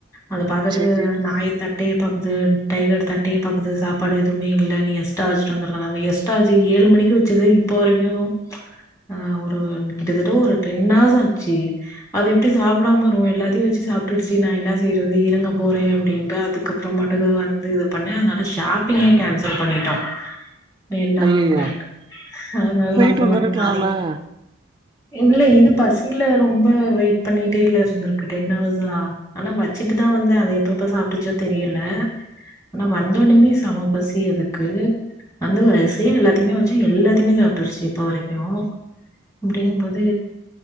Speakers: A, on the left; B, on the right.
A: அத பாத்துட்டு
B: சேரி சேரி
A: நாய் த ட்டே பாக்குது டைகர் தட்டே பாக்குது சாப்பாடு எதுமே இல்ல நீ எஸ்டா வச்சுட்டு வந்துருக்கலா எஸ்டா வச்சி ஏழு மணிக்கு வச்சது இப்போ வரைக்கும் ஆ ஒரு கிட்டத்தட்ட ஒரு டென்ஹார்ஸ் ஆச்சு அது எப்புடி சாப்பிடாம வரும் எல்லாத்தையும் வச்சு சாப்பிட்டு ச்சு நா என்ன செய்யறது இருங்க போறே அப்டின்ட்டு அதுக்கப்புறோ பாட்டக்கு வந்து இது பண்ணே அதனால ஷா ஷாப்பிங்கே கேன்சல் பண்ணிட்டோம் வேண்டாம்
B: ஐயையோ
A: அப்டின்ட்டு அதனால
B: போயிட்டு
A: அப்புறமேட்டைக்கு
B: வந்திருக்கலால்ல
A: நாளைக் இல்ல இது பசியில ரொம்ப வெயிட் பண்ணிட்டே இல்ல இருந்திருக்கு டென் ஹவர்ஸா ஆனா வச்சுட்டுதா வந்த அது எப்பப்ப சாப்ட்டுச்சோ தெரியல ஆனா வந்தோனுமே செமபசி அதுக்கு வந்து அத செய்றது எல்லாத்தையுமே வச்சு எல்லாத்தையுமே சாப்புட்டுருச்சு இப்போ வரைக்கு அப்புடிங்கும் போது